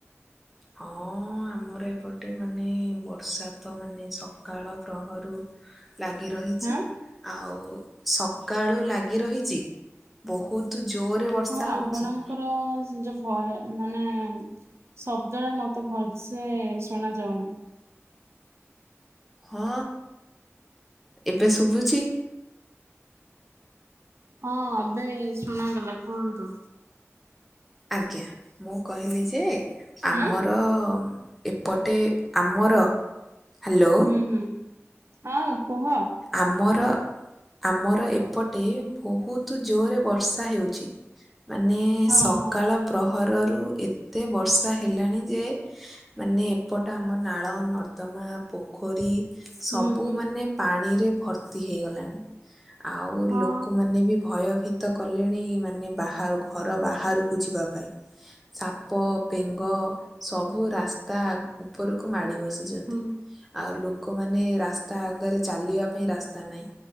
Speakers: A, in the centre; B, on the right.
A: ହଁ-ଅ-ଅ ଆମର ଏପଟେ ମାନେ ବର୍ଷା ତ ମାନେ ସକାଳ ପ୍ରହରୁ ଲାଗି ରହିଛି,
B: ହଁ
A: ଆଉ ସକାଳୁ ଲାଗି ରହିଛି। ବହୁତ୍ ଜୋରରେ ବର୍ଷା
B: ହଁ
A: ହଉଛି।
B: ଆପଣଙ୍କର ଯୋଉ ଭୟ ମାନେ ଶବ୍ଦଟା ମତେ ଭଲସେ ଶୁଣ ଯାଉନି।
A: ହଁ ଏବେ ଶୁଭୁଛି?
B: ହଁ ଏବେ ଶୁଣାଗଲା, କୁହନ୍ତୁ।
A: ଆଜ୍ଞା, ମୁଁ କହିଲି ଯେ ଆମର
B: ଆଁ
A: ଏପଟେ ଆମର, ହ୍ୟାଲୋ
B: ହୁଁହୁଁ, ହଁ କୁହ।
A: ଆମର ଆମର ଏପଟେ ବହୁତ ଜୋରରେ ବର୍ଷା ହେଉଛି। ମାନେ-ଏ-ଏ
B: ହଁ
A: ସକାଳ
B: ହଁ
A: ପ୍ରହରରୁ ଏତେ ବର୍ଷା ହେଲାଣି ଯେ ମାନେ ଏପଟ ଆମ ନାଳ ନର୍ଦ୍ଦମା ପୋ ଖୋରୀ,
B: ହୁଁ
A: ସବୁ
B: ହୁଁ
A: ମାନେ ପାଣିରେ ଭର୍ତ୍ତି ହେଇଗଲାଣି। ଆଉ
B: ହଁ
A: ଲୋକମାନେ ବି ଭୟଭୀତ୍ ତ କଲେଣି ମାନେ ବାହାର ଘର ବାହାରକୁ ଯିବା ପାଇଁ। ସାପ ବେଙ୍ଗ ସବୁ ରାସ୍ତା ଉପରକୁ ମାଡ଼ି ବସ୍ ଯନ୍ତି
B: ହୁଁ।
A: ଆଉ ଲୋକମାନେ ରାସ୍ତା ଆଗରେ ଚାଲିବା ପାଇଁ ରାସ୍ତା ନାହିଁ,